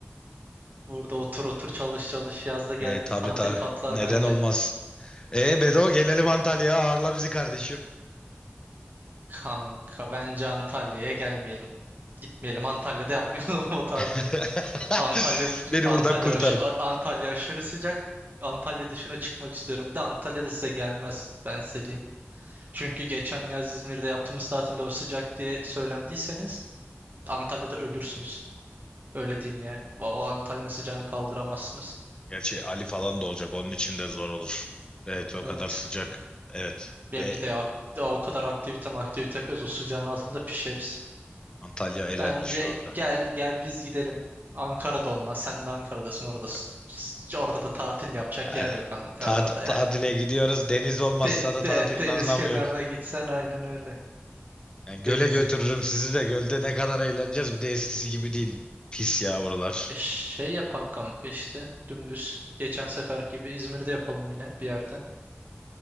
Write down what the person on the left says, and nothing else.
E, tabii
tabii.
Neden
olmaz. E Bedo gelelim Antalya'ya. Ağırla bizi kardeşim.
<laughs>
Beni
buradan kurtarın.
Gerçi Ali falan da olacak. Onun için de zor olur. Evet o
kadar sıcak. Evet.
Ve
Antalya elendi
şu anda.
Evet.
Ay,
tat-
tatile gidiyoruz. Deniz olmazsa
da tatilin
anlamı
yok.
Yani göle
götürürüm
sizi de gölde ne kadar eğleneceğiz. Bir de eskisi gibi değil. Pis ya buralar.